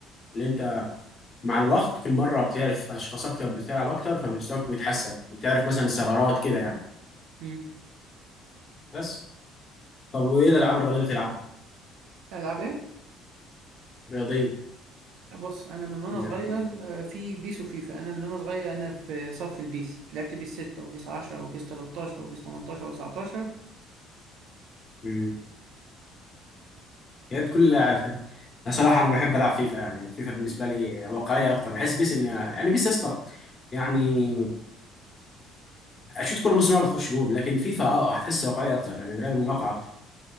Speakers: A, on the left; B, on the right.
A: اللي انت مع الوقت كل مرة بتعرف أشخاص أكتر بتلعب أكتر فمستواك بيتحسن بتعرف مثلا الثغرات كده يعني
B: امم
A: بس طب وإيه الألعاب الرياضية اللي بتلعبها؟
B: العب ايه
A: رياضية
B: بص انا من وانا
A: يعني
B: صغير آه، في بيس وفيفا انا من وانا صغير انا في صف البيس لعبت بيس 6 وبيس 10 وبيس 13 وبيس 18 و19 21
A: مم. يا ريت كل اللاعب فاهم انا صراحه انا بحب العب فيفا يعني فيفا بالنسبه لي واقعيه اكتر بحس بيس ان يعني بيس يا اسطى يعني اشوط كوره من نص الملعب تخش جون لكن فيفا اه هتحس واقعيه اكتر يعني قريبه من الواقع اكتر